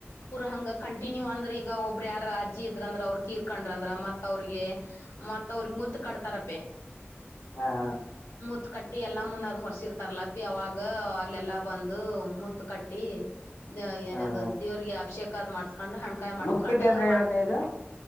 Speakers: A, on the left (about 85°); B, on the left (about 60°).
A: ಹಂಗ ಕಂಟಿನ್ಯೂ ಅಂದ್ರ ಈಗ ಒಬ್ಬ್ರ ಯಾರ ಅಜ್ಜಿ ಇದ್ರಂದ್ರ ಅವರು ತೀರ್ಕೊಂಡ್ರ ಅಂದ್ರ ಮತ್ ಅವ್ರಿಗೆ ಮತ್ ಅವ್ರ ಕಟ್ತಾರ ಪ
B: ಹಾ ಹಾ
A: ಮೂತ್ ಕಟ್ಟ ಟ್ಟಿ ಎಲ್ಲಾ ಮುನ್ನದ್ ಹೊರಸಿರ್ತಾರಲ್ಲ ಪ ಅವಾಗ ಅಲ್ಲೆಲ್ಲಾ ಬಂದು ಮತ್ ಕಟ್ಟಿ ಏನಾದ
B: ಹಾ ಹಾ
A: ದೇವ್ರಿಗೆ ಅಭಿಷಕ್ ಅ ಮಾಡ್ ಹಣ್ಕಾಯಿ ಮಾಡಸ್ಕೊಂಡ್
B: ಮುತ್ಕಟ್ಟಿ ಅಂದ್ರೆ
A: ಮಾಡ್
B: ಏನಕ್ಕ ಇದು